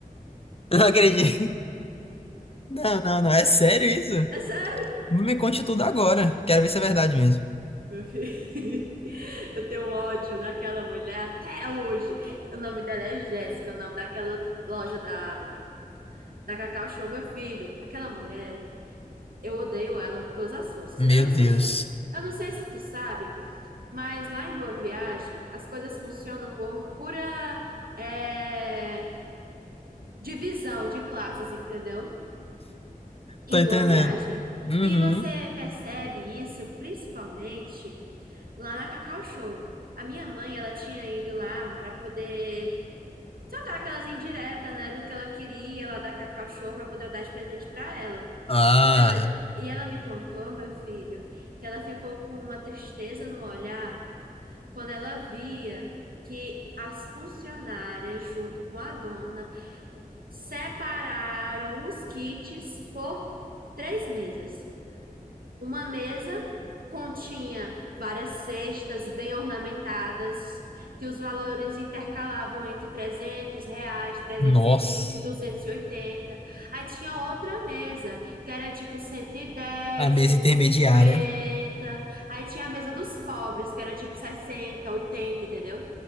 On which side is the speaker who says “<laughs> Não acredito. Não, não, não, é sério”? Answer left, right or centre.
Left